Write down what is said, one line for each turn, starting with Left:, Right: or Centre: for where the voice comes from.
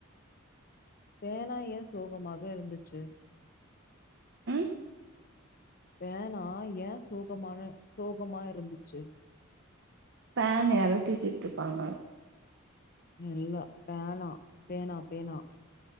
Left: பேனாயே சோகமாக இருந்துச்சி
Right: ம்
Left: பேனா ஏ சோகமான சோகமா இருந்துச்சி
Right: பேன் யாரோ திட்டிட்டுருப்பாங்க
Left: இல்ல பேனா பேனா பேனா